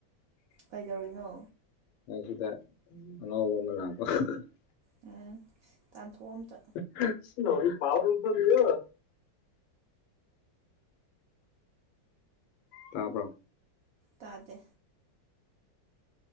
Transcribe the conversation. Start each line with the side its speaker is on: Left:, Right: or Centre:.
Right: ꯀꯩꯗꯧꯔꯤꯅꯣ
Left: ꯑꯩ ꯁꯤꯗ ꯑꯉꯥꯎꯕ ꯑꯃ ꯂꯥꯛꯄ <unintelligible>
Right: <unintelligible> ꯇꯥꯟꯊꯣꯛ ꯑꯣ ꯑꯝꯇ
Left: <unintelligible> ꯇꯥꯄ
Right: ꯇꯥꯗꯦ